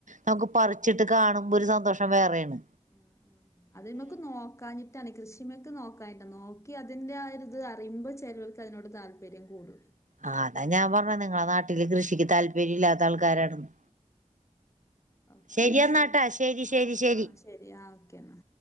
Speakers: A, on the right; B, on the left.
A: നമുക്ക് പറിച്ചിട്ട് കാണുമ്പോ ഒരു സന്തോഷം വേറെണ്
B: ഉം ഉം അതില്മ്മൽക്ക് നോക്കാന് ട്ടാന് കൃഷിമ്മേക്ക് നോക്കാഞ്ഞിട്ടാ നോക്കി അതിന്റെ ആ ഒരിത് അറിയുമ്പോ ചെലോർക്ക് അതിനോട് താല്പര്യം കൂടും
A: ആഹ് അതാ ഞാൻ പറഞ്ഞെ നിങ്ങളെ നാട്ടില് കൃഷിക്ക് താല്പര്യം ഇല്ലാത്താൾക്കാരാണെന്ന്
B: ഒക്കെ
A: ശരി
B: മെഷീന്
A: എന്നാട്ടാ ശരി ശരി
B: ആഹ്
A: ശരി
B: ആഹ് ശരി ആഹ് ഓക്കേന്നാ